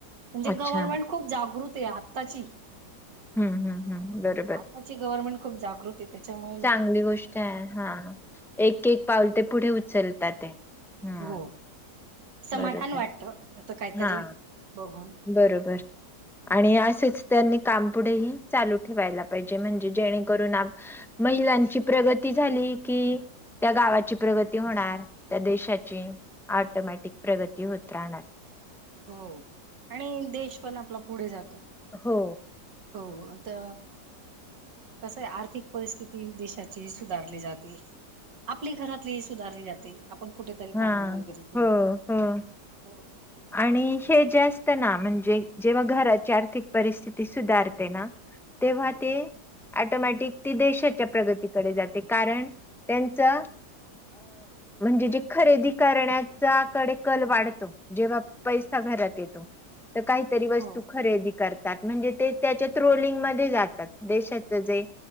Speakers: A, on the right; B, in the centre.
A: म्हणजे
B: अच्छा
A: गव्हर्मेंट खूप जागृत आहे आत्ताची
B: हम्म हम्म हम् बरोबर
A: प गवर्नमेंट खूप जागृत त्यांच्यामुळे
B: चांगली गोष्ट आहे हा एक एक पाऊल ते पुढे उचलतात ते हम्म
A: हो समाधान
B: बरोबर
A: वाटत असं काहीतरी
B: हा
A: बघून
B: बरोबर आणि असंच त्यांनी काम पुढेही चालू ठेवायला पाहिजे म्हणजे जेणेकरून महिलांची प्रगती झाली कि त्या गावाची प्रगती होणार त्या देशांची ऑटोमॅटिक प्रगती होत राहणार
A: हो आणि देश पण आपला पुढे जातो
B: हो
A: होता कसं आहे आर्थिक परिस्थिती देशांची सुधारली जाते आपली घरातली सुधारली जाते आपण कुठेतरी
B: हा
A: काम वगैरे केले
B: हो
A: तर
B: हो.
A: हो
B: आणि हे जेस्त ना म्हणजे जेव्हा घराची आर्थिक परिस्थिती सुधारते ना तेव्हा ते ऑटोमॅटिक ती देशाच्या प्रगतीकडे जाते कारण त्यांचा म्हणजे जे खरेदी करण्याचाकडे कल वाढतो जेव्हा पैसा घरात काहीतरी वस्तू
A: हो
B: खरेदी करतात म्हणजे ते त्याच्या ट्रोलिंग मध्यें जातात देशाच जे